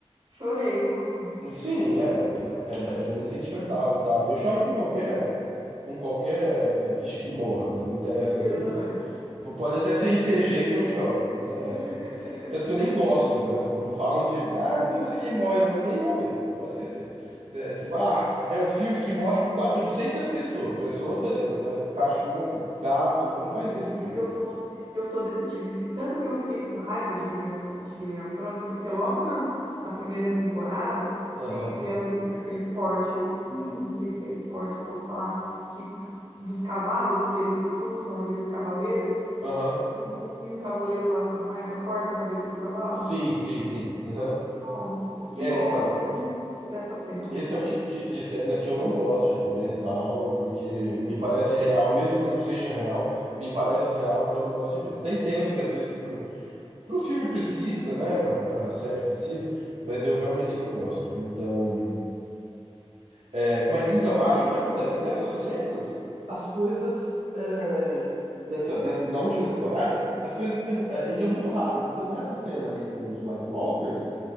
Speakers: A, on the right; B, on the right.
A: Chorei, inclusive.
B: Sim, é, é, é bem sentimental e tal. E eu choro com qualquer, com qualquer eh, bicho que morra, né? Não interessa
A: Eu
B: nem.
A: também.
B: p- Pode até ser em CG que eu choro, não tem essa.
A: <laughs>
B: Tanto que eu nem gosto, né? Quando falam de, ah, então não sei quem morre, eu nem vou ver. Pode esquecer. É, se- ah, é um filme que morre 400 pessoas. Pessoas, beleza, vai. Cachorro, gato, não faz
A: Eu
B: isso comigo.
A: eu sou, eu sou desse time. Tanto que eu fiquei com raiva de Game of, de Game of Thrones, porque logo na, na primeira temporada
B: Aham,
A: tem aquele, aquele esporte, não sei se é esporte, eu posso falar, que dos cavalos, que eles se cruzam ali, os cavaleiros,
B: aham.
A: e um, e um cavaleiro lá com raiva corta a cabeça do cavalo.
B: Sim, sim, sim. Aham.
A: Nossa, que
B: É,
A: ódio
B: então.
A: dessa cena.
B: Esse é o tipo de, de cena que eu não gosto de ver, tal, porque me parece real, mesmo que não seja real, me parece real, então eu não gosto de ver. Até entendo que às vezes Pro filme precisa, né? Pra, pra série precisa, mas eu realmente não gosto. Então. é, mas então, aí o que acontece? Nessas cenas, as coisas. é, nessa, nessa, na última temporada, as coisas demo- é, iam muito rápido. Então, nessa cena aí com os White Walkers,